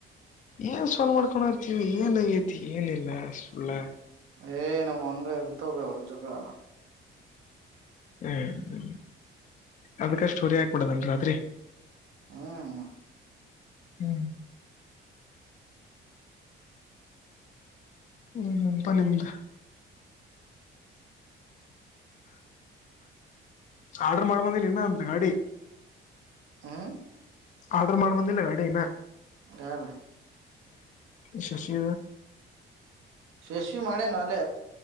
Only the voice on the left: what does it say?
ಏನ್ ಸ್ವಲ್ ಮಾಡ್ಕೊಂಡತಿವಿ ಏನ್ ಆಗೆತಿ ಏನಿಲ್ಲ ಸುಳ್ಳ
ಹ್ಮ್ ಹ್ಮ್ ಅದಕಷ್ಟೋರಿ ಆಕ್ ಬಿಡದನ್ ರಾತ್ರಿ
ಹ್ಮ್ ಹ್ಮ್ ನಿಮ್ದು ಆಡರ್ ಮಾಡ್ಬಂದಿಲ್ಲ ಇನ್ನ ಅದ ಗಾಡಿ
ಆರ್ಡರ್ ಮಾಡಿ ಬಂದಿಲ್ಲ ಗಾಡಿ ಇನ್
ಶಶೀ